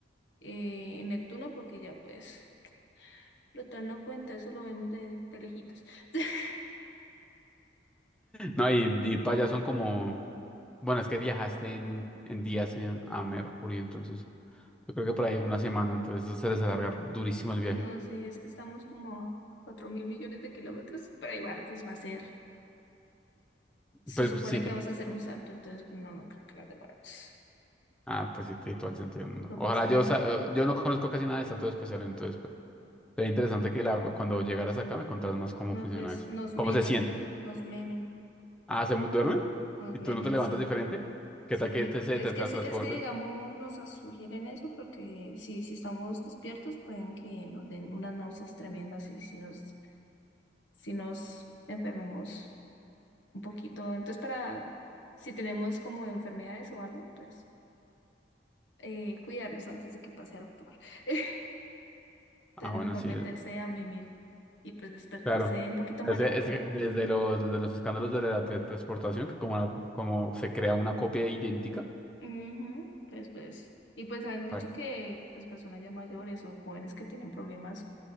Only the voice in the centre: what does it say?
No, y, y para allá son como, bueno, es que viajaste en, en días eh, a Mercurio, entonces yo creo que por ahí una semana, entonces eso se les alargar durísimo el viaje.
Pues,
pues, sí,
ah, pues sí, tiene todo el sentido del mundo.
Ojalá yo, sa- eh, yo no conozco casi nada de salto espacial, entonces pues, sería interesante que la, cuando llegaras acá me contaras más cómo
funciona
eso.
¿Cómo
se siente?
Ah, ¿se mu- duermen?
¿Y
tú no te levantas
diferente? ¿Qué
tal que te,
se te,
te
transporten?
Ah,
bueno,
sí,
Claro.
Es,
es
que desde los, desde los escándalos de la teletransportación, que como, la- como se crea una copia idéntica,
Vale.